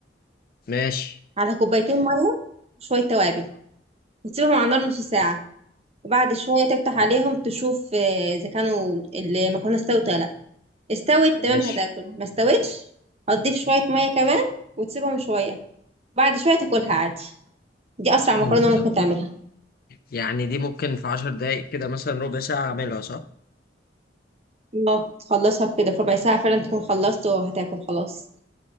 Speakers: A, on the left (about 55°); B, on the right (about 35°).
A: ماشي
B: على كوبايتين ميه وشويه توابل وتسيبهم على النار نص ساعه
A: ماشي
B: وبعد شويه تفتح
A: حلو.
B: عليهم تشوف اه، اذا كانوا المكرونه استوت ولا لا استوت تمام
A: ماشي.
B: هتاكل ما استوتش هتضيف شوية مية كمان وتسيبهم شوية بعد شوية تاكلها عادي دي أسرع مكرونة
A: حلو ده
B: ممكن تعملها
A: يعني دي ممكن في عشر دقايق كده مثلا ربع ساعه اعملها صح
B: اه تخلصها في كده في ربع ساعة فعلا تكون خلصت وهتاكل خلاص